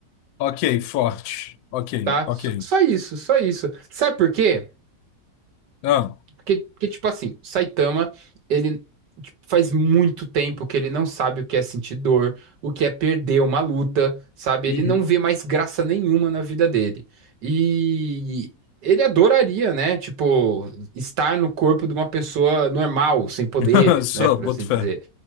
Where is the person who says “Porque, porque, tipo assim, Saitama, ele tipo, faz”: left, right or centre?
Right